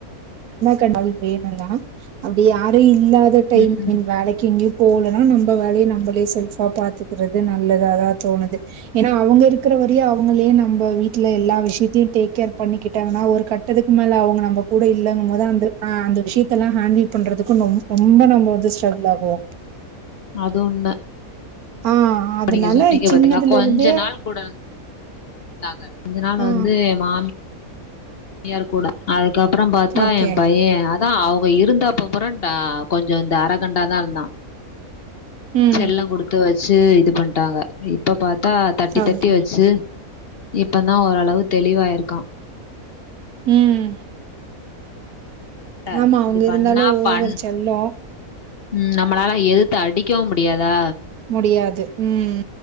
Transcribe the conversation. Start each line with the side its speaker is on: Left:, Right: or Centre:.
Right: கண்டாவீக் வேணுதா அப்டி யாரு இல்லாத டைம்
Left: ம் ம்
Right: மீன் வேலைகி எங்யு போலனா நம்ப வேலைய நம்பளே செல்ஃபா பாத்துக்கறது நல்லதாதா தோணுது ஏனா அவுங்க இருக்குற வரியா அவுங்களே நம்ப வீட்ல எல்லா விஷயத்தியு டேக் கேர் பண்ணிக்கிட்டாங்கனா ஒரு கட்டதுகு மேல அவுங்க நம்ம கூட இல்ல மொத அந்த ஆ அந்த விஷயத்தலா ஹேண்டில் பண்றதுக்கு ரொம் ரொம்ப நம்ப வந்து ஸ்ட்ரகுள் ஆவோ
Left: அது உண்ம
Right: ஆ
Left: இப்ப
Right: அதனால
Left: நீங்க சொன்னீங்க
Right: சின்னதுல
Left: பாத்தீங்ளா கொஞ்ச
Right: இருந்தே
Left: நாள் கூட தாங்க கொஞ்ச நாள்
Right: ஆ
Left: வந்து எ மாமி யார் கூட அதுகப்றோ பாத்தா
Right: ஓகே
Left: எ பைய யார் தா அவுங்க இருந்தப்பபறோ டா கொஞ்சோ இந்த அரகண்டாதா இருந்தா
Right: ம்
Left: செல்லொ குடுத்து வெச்சு இது பண்டாங்க இப்ப பாத் தா தட்டி
Right: ஓகே.
Left: தட்டி வெச்சு இப்பதா ஓரளவு தெளிவாயிருக்கா
Right: ம்
Left: என்ட
Right: ஆமா. அவங்க
Left: இது பண்ணா
Right: இருந்தாலும் ஓவர்
Left: பண்
Right: செல்லம்
Left: ம் நம்மளால எதுத்து அடிக்கவு முடியாதா
Right: முடியாது ம்